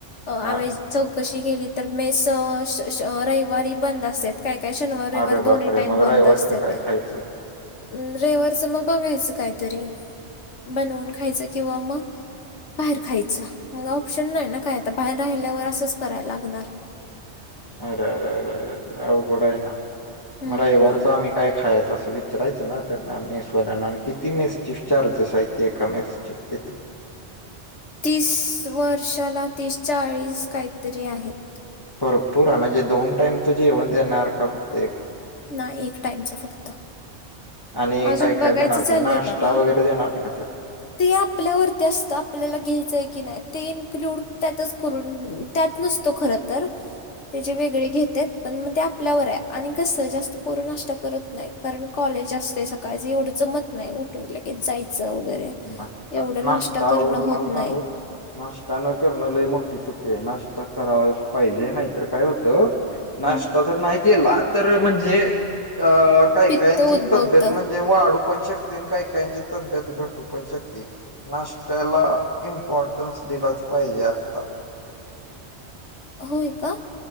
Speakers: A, on the left; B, on the left.
A: आम्ही
B: हा
A: चौकशी केली तर मेस रविवारी बंद असत काय काय शनिवारवार
B: अरे
A: दोन्ही
B: बापरे
A: टाईम
B: मग
A: बंद
B: रविवारीचं
A: असतात
B: काय खायचं?
A: रविवारचं मग बघायचं काहीतरी बनवून खायचं किंवा मग बाहेर खायचं मग ऑप्शन नाही ना काय आता बाहेर राहिल्यावर असंच करायला लागणार
B: अरे अरे अरे अरे अवकडं आहे ना
A: हं.
B: मला ए वारच आम्ही काय खायचं असं विचारायचं ना तर मेसवाल्या ना आणि किती मेस ची चार दिसय त एका मेस शकेत
A: तीस वर्षाला तिचाळीस काहीतरी आहेत
B: भरपूर आहे म्हणजे दोन टाइम तूझेवन देणार का फक्त एक
A: नाही एक टाइमच फक्त
B: आणि
A: अजून
B: काय
A: बघायचं
B: काय जाणार
A: चाललंय
B: ती नाश्ता
A: बघा.
B: वगैरे देणार ती का त्यात
A: ते आपल्यावरती असतं आपल्याला घ्यायचंय की नाही ते इन्क्लूड त्यातच करून त्या नसतो खर तर
B: ह
A: त्याचे वेगळे घेत पण मग ते आपल्यावर आहे आणि कसं जास्त पोर नाष्ट करत नाहीत कारण कॉलेज जास्त ते सकाळचं एवढंच मत नाही उठून की जायचं वगैरे
B: नाश्ता
A: एवढं
B: नाश्ता
A: नाष्टा करणं
B: हो तुम्हाला
A: होत
B: सांगू
A: नाही.
B: नाश्ता न करण लही मोठी चुकी आहे नाश्ता करावा पाहिजे नाहीतर काय होतं नाश्ता
A: हं.
B: तर नाही केला तर म्हणजे अ काही
A: पित्त
B: काहींची
A: उद्भवत
B: तब्येत म्हणजे वाढू पण शकते आणि काही काहीची तब्येत घटते प शक नाश्याला इम्पॉर्टन्स दिलाच पाहिजे आता
A: होय का